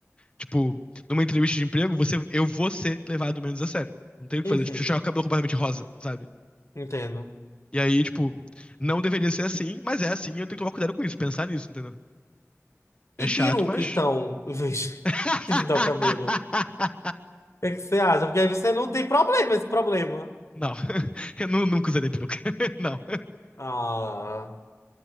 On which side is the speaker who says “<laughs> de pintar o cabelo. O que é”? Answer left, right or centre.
Left